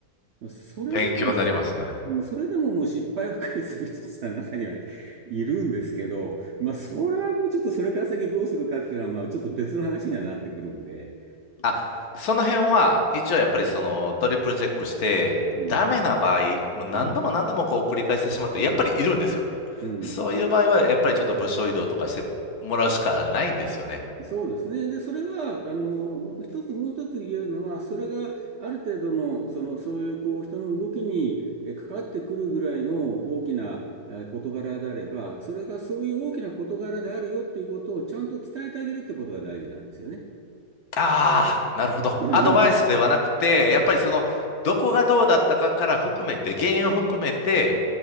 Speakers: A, on the right; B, on the left.
A: それでも、
B: 勉強になりますね。
A: うんそれでももう失敗ばかりする人さ、中にはいるんですけど、まあ、それはもうちょっとそれから先どうするかっていうのは、まあ、ちょっと別の話にはなってくるんで、
B: あ、その辺は、
A: う
B: 一応やっぱりそのトリプルチェックして、ダメな場合、
A: ん、
B: もう何度も何度もこう繰り返してしまって、
A: うん、
B: やっぱりいるんですよ。
A: うん、うん。
B: そういう場合は、やっぱりちょっと部署移動とかしてもらうしかないんですよね。
A: そうですね。で、それは、あの、一つ、もう一つ言えるのは、それがある程度の、その、そういう、こう、人の動きにえ関わってくるぐらいの大きなえ事柄であれば、それがそういう大きな事柄であるよっていうことをちゃんと伝えてあげるってことが大事なんですよね。
B: ああ、なるほど。
A: <laughs>
B: アドバイスではなくて、やっぱりその、どこがどうだったかから含めて、原因を含めて、